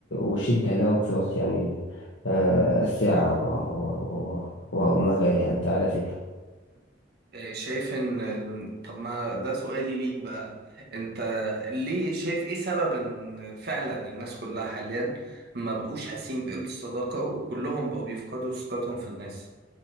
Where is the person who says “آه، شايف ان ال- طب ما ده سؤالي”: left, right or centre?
Right